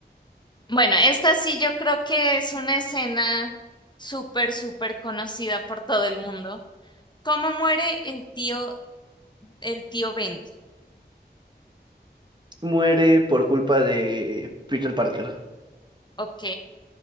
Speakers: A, on the left; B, on the right.
A: bueno, esta sí yo creo que es una escena súper, súper conocida por todo el mundo. ¿Cómo muere el tío, el tío Ben?
B: Muere por culpa de Peter Parker,
A: Ok.